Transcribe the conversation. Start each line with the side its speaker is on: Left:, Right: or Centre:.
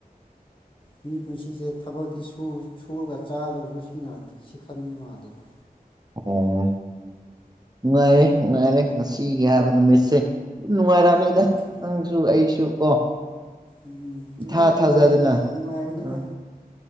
Left: ꯃꯤ ꯄꯨꯟꯁꯤꯁꯦ ꯊꯕꯛꯇꯤ ꯁꯨꯔꯒ ꯆꯥꯗꯕ ꯁꯤ ꯉꯥꯛꯇ ꯁꯤ ꯈꯟꯕ ꯃꯥꯟꯂꯦꯕ
Right: ꯑꯣ ꯅꯨꯡꯉꯥꯏꯔꯦ ꯅꯨꯡꯉꯥꯏꯔꯦ ꯉꯁꯤꯒꯤ ꯍꯥꯏꯕ ꯅꯨꯃꯤꯠꯁꯦ ꯅꯨꯡꯉꯥꯏꯔꯛꯑꯅꯤꯗ
Left: ꯎꯝ
Right: ꯅꯪꯁꯨ ꯑꯩꯁꯨ ꯀꯣ
Left: ꯎꯝ
Right: ꯏꯊꯥ
Left: ꯑꯗꯨꯝ ꯅꯨꯡꯉꯥꯏꯇ꯭ꯔꯦ
Right: ꯊꯥꯖꯗꯅ
Left: ꯅꯨꯡꯉꯥꯏꯒꯅꯤꯗ
Right: ꯎꯝ